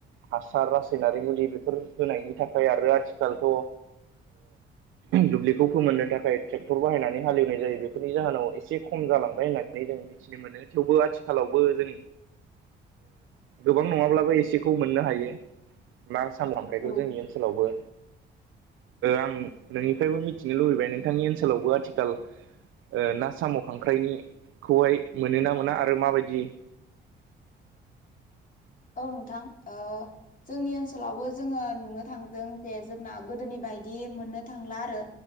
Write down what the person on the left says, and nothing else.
औ
औ नोंथां ओ जोंनि ओनसोलावबो जोङो नुनो थांदों जे जोंना गोदोनि बायदि मोननो थांला आरो